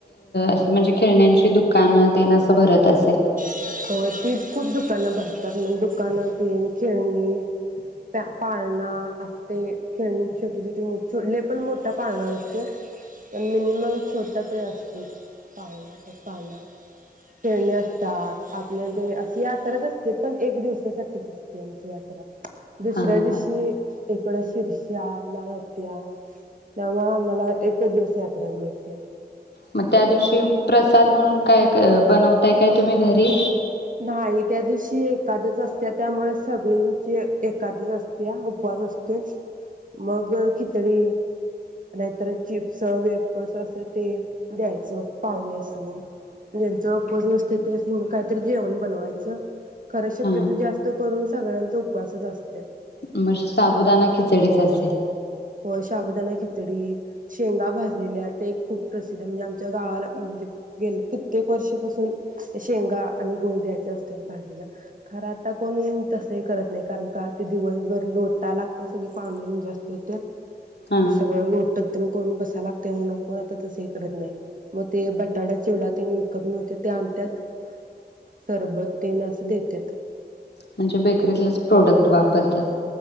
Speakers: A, on the left (about 80°); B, on the right (about 50°).
A: <unintelligible> म्हणजे खेळण्यांची दुकानात तेन अस भरत असेल.
B: होय. तीच खूप दुकानं भरतात म्हनजे दुकान तेन खेळणी प्या पाळणा असते, खेळणी छोटी छोटी <unintelligible> लिफ्ट <unintelligible> त्या पानांची <unintelligible> पण मिनिमम छोटा तर असतोच पाळणा, पाळणा, खेळणे असतात. आपल्याला ते अस यात्रा अस ते पण एक दिवसासाठीच असते. आमची यात्रा दुसऱ्या
A: हा
B: दिवशी
A: हा
B: इकडं शिर्ष्या लाळआत्या त्यामुळे आम्हाला एकच दिवस यात्रा मिळते.
A: मग त्या दिवशी प्रसाद म्हणून काय? बनवत ताय काय तुम्ही घरी?
B: नाही. त्या दिवशी एकादस असत्या त्यामुळे सगळींची एखादस असत्या, उपवास असतोय, मग खिचडी, नाहीतर चिप्स, वेपर्स असं ते द्यायचं पाहूण्यासनी ज्यांचा उपवास नसत त्यासनी मग का जेवण बनवायचं खरं शक्यतो
A: हा
B: जास्त करून सगळ्यांचा उपवासच असत्यात.
A: मग साबुदाना खिचडीच असेल.
B: होय. शाबुदाना खिचडी, शेंगा भाजलेल्या ते खूप प्रसिद्ध म्हणजे आमच्या गावाला म्हणजे गेले कित्येक वर्षापासून शेंगा आणि गूळ द्यायचे असतय भाजलेल, खरं आता कोण तस हे करत नाही, कारण का ते दिवसभर लोटायला लागते सगळे पावणी जास्त येत्यात
A: हा
B: ते सगळं लोट <unintelligible> कोण बसा लागते म्हणून कोण आता तसं हे करत नाही मग ते बटाटा चिवडा ते विकत मिळतो आणत्यात सरबत तेन असं देत्यात
A: म्हणजे बेकरीतलंच प्रोडक्ट वापरत्यात.